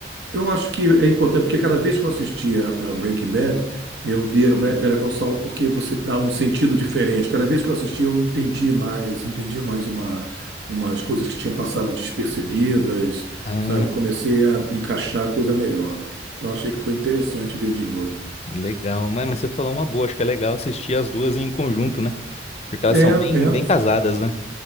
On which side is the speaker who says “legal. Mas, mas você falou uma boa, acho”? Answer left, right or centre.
Left